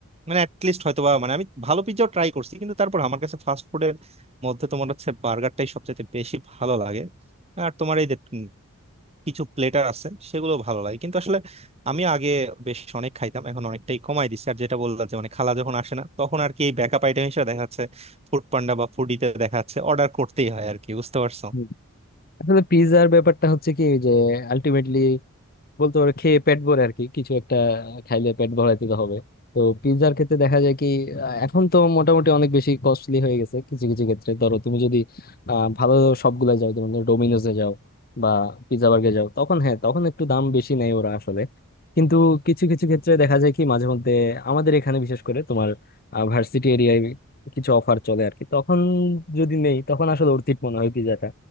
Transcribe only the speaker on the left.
হুম। আসলে পিৎজার ব্যাপারটা হচ্ছে কি যে আলটিমেটলি বলতে পারো খেয়ে পেট ভরে আর কি কিছু একটা খাইলে পেট ভরাইতে তো হবে তো পিৎজার ক্ষেত্রে দেখা যায় কি আহ, এখন তো মোটামুটি অনেক বেশি কস্টলি হয়ে গেছে কিছু কিছু ক্ষেত্রে ধরো তুমি যদি আহ, ভালো সবগুলা যাও যেমন ধরো ডোমিনোসে যাও বা পিৎজা বার্গে যাও তখন হ্যাঁ তখন একটু দাম বেশি নেয় ওরা আসলে কিন্তু কিছু কিছু ক্ষেত্রে দেখা যায় কি মাঝে মধ্যে আমাদের এখানে বিশেষ করে তোমার ভার্সিটি এরিয়ায় কিছু অফার চলে আর কি তখন যদি নেই তখন আসলে অর্থিত মনে হয় পিৎজাটা